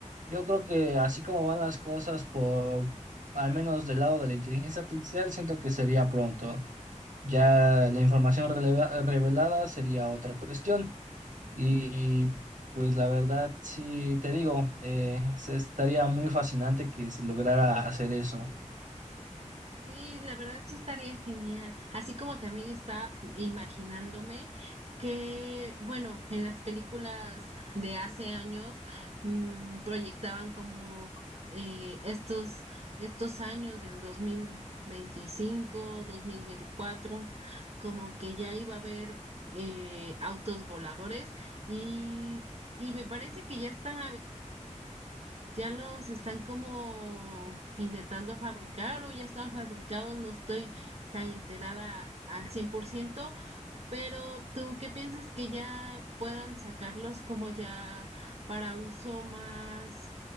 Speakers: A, on the right (about 85°); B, on the right (about 55°).
A: yo creo que así como van las cosas por, al menos del lado de la inteligencia artificial, siento que sería pronto. Ya la información releva- revelada sería otra cuestión. Y pues la verdad, sí, te digo, eh, se estaría muy fascinante que se lograra hacer eso.
B: Sí, la verdad sí estaría genial. Así como también estaba imaginándome que, bueno, en las películas de hace años mm, proyectaban como eh, estos, estos años del dos dos mil veinticinco, dos mil veinticuatro, como que ya iba a haber eh, autos voladores y, y me parece que ya están ya los están como intentando fabricar o ya están fabricados, no estoy tan enterada al 100%, pero ¿tú qué piensas que ya puedan sacarlos como ya para uso más,